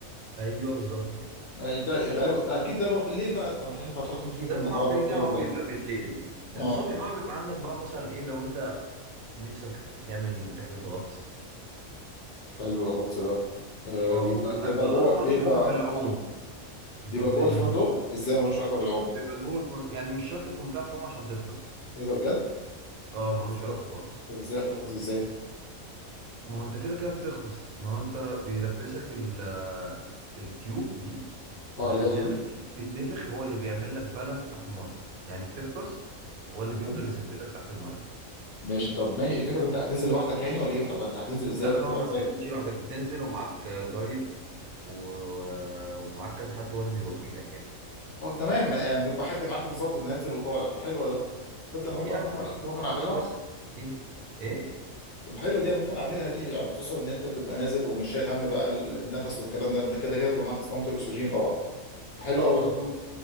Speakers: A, on the right; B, on the left.
A: ايوه بالظبط كده
B: آه، ده غالبا ده اكيد ده بقى بالليل بقى انت مش هينفع تروح تمشي فيه
A: ده
B: في النهار
A: طبعا خليج
B: والكلام
A: نعمة هو
B: ده
A: بيبقى بالليل
B: اه
A: الصبح بقى بيبقى عندك بقى مثلا إيه لو أنت نفسك تعمل رحلة غطس
B: حلو الغطس ده آه،
A: اه
B: بيبقى
A: والم-
B: بيبقى
A: والغطس
B: جوه
A: ملوش
B: بيبقى
A: علاقة بالعوم أنت
B: يبقى
A: فاهم
B: جوه الفندق ازاي ملوش علاقه بالعوم
A: بيبقى جوه فن... يعني مش شرط تكون بتعرف تعوم عشان تغطس
B: ايه ده بجد
A: اه
B: طب
A: ملوش
B: إز-
A: علاقة خالص
B: طب ازاي هتغطس ازاي
A: ما هو انت كده كده بتغطس ما هو انت بيلبسك ال التيوب دي والحزام
B: اه اللي هي ال-
A: الحزام بيتنفخ هو اللي بيعمل لك بالانس تحت المايه يعني بتغطس هو
B: تمام
A: اللي بيفضل يثبتك تحت المايه
B: ماشي طب ماشي إيه الفكره انت هتنزل لوحدك يعني ولا ايه طب انت هتنزل ازاي
A: لا
B: وتطلع
A: طبعا ما
B: ازاي
A: بتنزلش لوحدك بتنزل ومعاك جايد و- ومعاك كذا حد هو اللي بيوجهك يعني
B: اه تمام يعني بيبقى حد معاك بالظبط نازل وطالع ده حلوه ده تصدق انا ممكن
A: هي اهم
B: ممكن
A: حاجه يكون
B: ممكن اعملها
A: عندك بس ايه ايه
B: طب حلوه دي انا ممكن اعملها دي يعني خصوصا ان انت بتبقى نازل ومش شايل هم بقى ال- النفس والكلام ده انت كده كده بتبقى معاك اسطوانه الاكسجين طبعا حلو
A: اه
B: قوي
A: مظبوط
B: ده